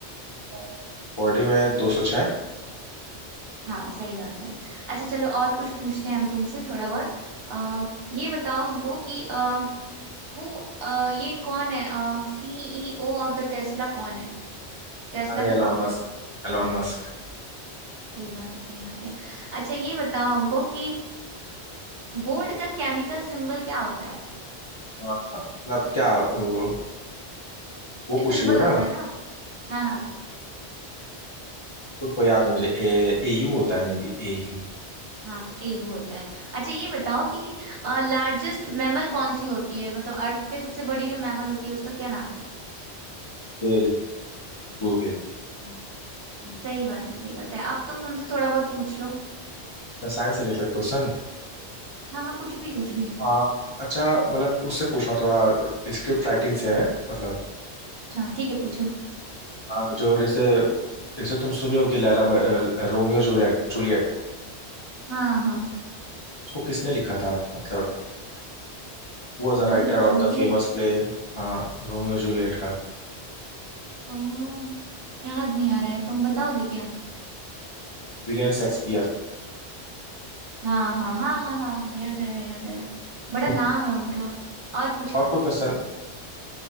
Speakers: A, on the left (about 45°); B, on the right (about 65°).
A: हैं हाँ, बॉडी में दो सौ छः
B: हाँ सही बात है अच्छा चलो और कुछ पूछते हैं हम तुमसे थोड़ा बहुत अम ये बताओ हमको कि अम हु अ, ये कौन है सीईओ ऑफ द टेस्ला कौन है टेस्ला
A: अरे
B: के
A: एलॉन
B: फाउंडर
A: मस्क एलॉन मस्क
B: सही बात है सही बात है अच्छा ये बताओ हमको कि गोल्ड का केमिकल सिंबल क्या होता है
A: हाँ, मतलब क्या वो वो
B: जो सिंबल
A: पूछ रही हो
B: होता
A: ना
B: है ना हाँ हाँ
A: कुकुर को याद है मुझे ए यू होता है may be ए यू
B: हाँ ए वो होता है अच्छा ये बताओ कि लार्जेस्ट मैमल कौन सी होती है मतलब अर्थ पे सबसे बड़ी जो मैमल होती है उसका क्या नाम है
A: Well blue whale
B: हाँ स- हाँ, सही बात है सही बात है अब तुम हमसे थोड़ा बहुत पूछ लो
A: Science related question
B: हाँ हाँ कुछ भी कुछ भी
A: हाँ अच्छा मतलब उससे पूछना थोड़ा स्क्रिप्ट राइटिंग से है मतलब
B: अच्छा ठीक है पूछो
A: आ, जो जैसे जैसे तुम सुनी हो कि लैला म- अ, रोमियो जूलियट जूलियट
B: हाँ हाँ
A: उसको किसने लिखा था मतलब who was
B: Romeo
A: the writer of
B: Juliet
A: the famous play हाँ रोमियो जूलियट का
B: अम, याद नहीं आ रहा है तुम बताओगे क्या
A: विलियम शेक्सपियर
B: हाँ हाँ हाँ हाँ हाँ याद आया याद आया बड़ा
A: <laughs>
B: नाम है उनका और पूछो
A: और कोई क्वेश्चन